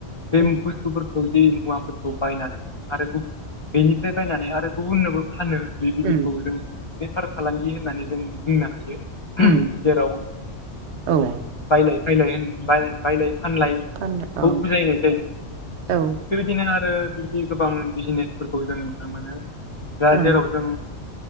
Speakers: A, on the left; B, on the right.
A: बेम
B: उम
A: बुस्थु फोर जि मुवाफोरखौ बायनानै आरो <unintelligible> बेनिफ्राय बायनानै आरो गुबुननोबो फानो बेबायदिखौ
B: उम
A: जों बेफार फालांगि होननानै जों बुंनो हायो।
B: उम
A: जेराव
B: औ।
A: बायलाय फैलाय होन बायलाय बायलाय फानलाय
B: फाननो
A: खौ
B: औ
A: बुजायनाय जायो।
B: औ ओं
A: बेबायदिनो आरो बिदि गोबां बिजिनेसफोरखौ जों नुनो मोनो। दा
B: औ
A: जेराव जों